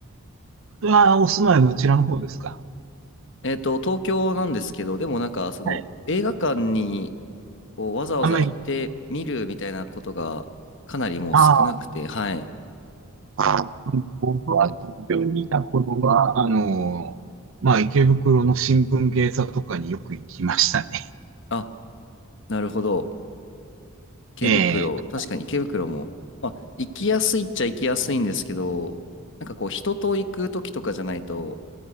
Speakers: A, on the right (about 60°); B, on the left (about 55°).
A: <laughs> うお住まいはどちらの方ですか
B: えっと、東京なんですけど、でもなんかその映画館に
A: はい。
B: こうわざわざ行って見るみたいなことがかなりもう少なくて、
A: あんまり、ああ、
B: はい。
A: あ僕あ、は、病にいたこ頃は、は、あの、まあ、池袋の新聞芸座とかによく行きましたね。
B: あ、なるほど。
A: <laughs>
B: 池袋、
A: えーと、
B: 確かに池袋も、まあ、行きやすいっちゃ行きやすいんですけど、なんかこう人と行く時とかじゃないと